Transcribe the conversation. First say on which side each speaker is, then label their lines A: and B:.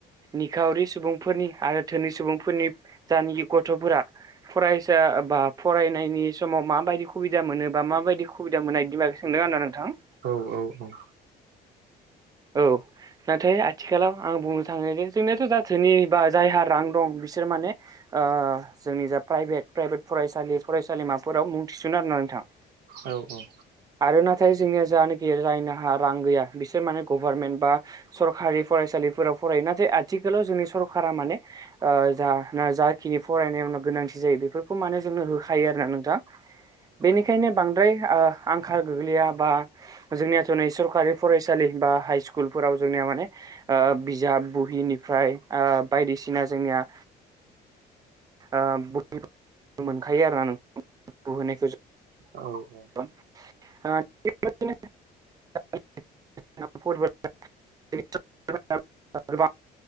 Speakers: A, on the right (about 20°); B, on the right (about 70°).
A: निखावरि सुबुंफोरनि आरो धोनि सुबुंफोरनि जानखि गथ'फोरा फरायसा बा फरायनायनि समाव माबायदि खुबिदा मोनो बा माबायदि खु खुबिदा मोननाय बिदि बागै सोंदों आना नोंथां।
B: औ औ औ।
A: औ नाथाय आथिखालाव आं बुंनो थाङो जे जोंनियाथ' जाथोनि बा जायहा रां दं बिसोर माने आ जोंनि जा प्राइभेट प्राइभेट फरायसालि फरायसालिमाफोराव मुं थिसनो आरो ना नोंथां।
B: औ औ
A: आरो नाथाय जोंनिया जानो गिया जाय नाहा रां गैया बिसोर माने गभारमेन्ट बा सरकारि फरायसालिफोराव फरायो नाथाय आथिखालाव जोंनि सरकारा माने- ओ जा जाखिनि फरायनायावनो गोनांथि जायो बेफोरखौ माने जोंनो होखायो आरो ना नोंथां! बेनिखायनो बां- ब्रै आ आंखाल गोग्लैया बा जोंनियाथ' नै सरखारि फरायसालि बा- हाइ स्कुलफोराव जोंनिया माने- बिजाब बुहिनिफ्राय आ बायदि सिना जोंनिया ओ बयबो मोनखायो आरोना नों बुनायखौ जों-
B: औ औ!
A: फ <inaudible> <unintelligible> <inaudible>